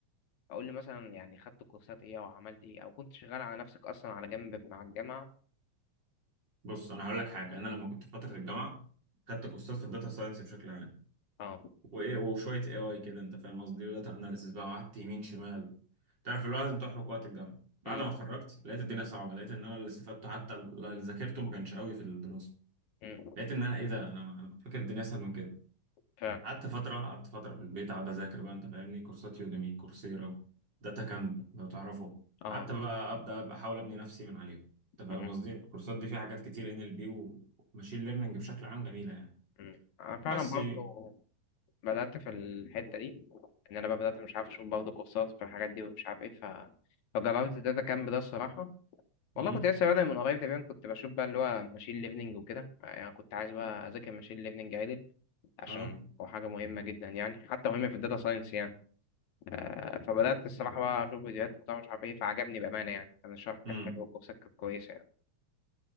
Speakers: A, on the left; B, on the right.
A: فقول لي مثلا يعني خدت كورسات ايه او عملت ايه او كنت شغال على نفسك اصلا على جنب مع الجامعه
B: بص انا هقول لك حاجه انا لما كنت في فتره الجامعه خدت كورسات في الداتا ساينس بشكل عام
A: اه
B: وايه وشويه اي اي كده انت فاهم قصدي وداتا اناليسيس بقى وقعدت يمين شمال تعرف اللي هو لازم تحرق وقت الجامعه بعد
A: امم
B: ما اتخرجت لقيت الدنيا صعبه لقيت ان انا اللي استفدته حتى اللي ذاكرته ما كانش قوي في الدراسه
A: امم
B: لقيت ان انا ايه ده انا انا كنت فاكر الدنيا اسهل من كده
A: فعلا
B: قعدت فتره قعدت فتره في البيت قاعد اذاكر بقى انت فاهمني كورسات يوديمي كورسيرا داتا كامب لو تعرفه
A: اه
B: قعدت بقى ابدا أبقى احاول ابني نفسي من عليها انت فاهم
A: امم
B: قصدي الكورسات دي فيها حاجات كتير ان ال بي وماشين ليرنينج بشكل عام جميله يعني
A: امم انا فعلا
B: بس
A: برضه بدات في الحته دي ان انا بقى بدات مش عارف اشوف برضه كورسات في الحاجات دي ومش عارف ايه ف فجربت الداتا كامب ده الصراحه والله
B: امم
A: كنت لسه بادئ من قريب تقريبا كنت بشوف بقى اللي هو ماشين ليرنينج وكده يعني كنت عايز بقى اذاكر ماشين ليرنينج عدل عشان
B: اه
A: هو حاجة مهمة جدا يعني حتى مهمة في الداتا ساينس يعني آه، فبدأت الصراحة بقى أشوف فيديوهات وبتاع مش عارف إيه فعجبني بأمانة يعني أنا الشرح كان
B: امم
A: حلو والكورسات كانت كويسة يعني